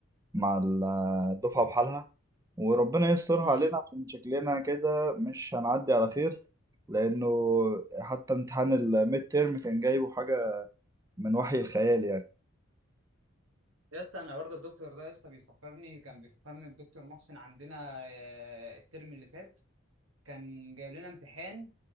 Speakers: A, on the right (about 15°); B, on the right (about 85°).
A: مع ال- الدفعة بحالها وربنا يسترها
B: امم
A: علينا عشان شكلنا كده مش هنعدي على خير لأنه حتى امتحان الميد تيرم كان جايبه حاجة من وحي الخيال يعني
B: يا اسطى انا برضه الدكتور ده يا اسطى بيفكرني كان بيفكرني الدكتور محسن عندنا آه، الترم اللي فات كان جايب لنا امتحان